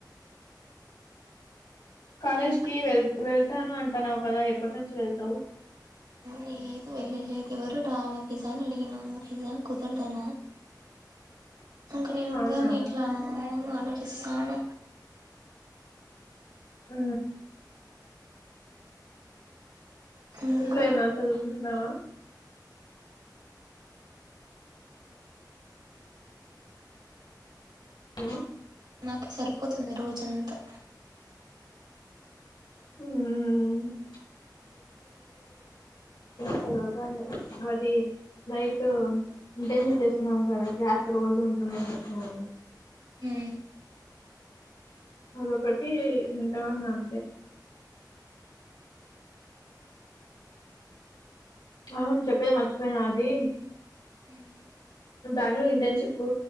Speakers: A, on the left (about 85°); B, on the right (about 85°).
A: కాలేజ్
B: ఇంకా
A: కి వెళ్ వెళ్తానా అంటానా కదా ఎప్పటి నుంచి వెళ్తావు
B: లేదు వెళ్ళలేదు ఎవరు రాలా పిజా అని అడిగిన పిజ్జా కుదరదన అంక నేను ఒక్కదాన్ని
A: అవునా
B: ఇట్లా ఆలోచిస్తాన్న
A: హ
B: ఇంకా
A: ఊర్లో ఏమన్నా చదువుకుంటున్నావా హలో
B: నాకు సరిపోతుంది రోజంతా
A: <unintelligible> కుదరదండి అది నైట్ ఇంటెన్షిప్ చేస్తున్నాము కదా ఆశ రోజు ఉంటుందింత కానీ
B: ఉ
A: అదొక్కటి వింటాన్నా అంతే అవును చెప్పేది మర్చిపోయినా అది
B: హ
A: బెంగళూరు ఇంటర్న్షిప్